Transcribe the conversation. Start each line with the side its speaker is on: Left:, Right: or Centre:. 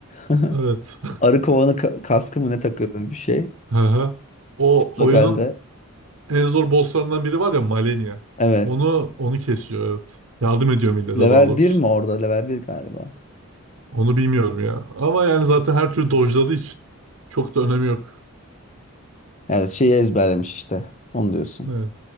Left: evet.
Right: Evet.
Left: <laughs> Arı kovanı ka- kaskı mı ne takıyor böyle bir şey.
Right: <laughs> Haha. O
Left: Lokalde.
Right: oyunun en zor bosslarından biri var ya Malenia.
Left: Evet.
Right: Onu onu kesiyor evet. Yardım ediyor millete daha
Left: Level
Right: doğrusu.
Left: bir mi orada? Level bir galiba.
Right: Onu bilmiyorum ya. Ama yani zaten her türlü dojladığı için çok da önemi yok.
Left: Yani şeyi ezberlemiş işte. Onu diyorsun.
Right: Evet.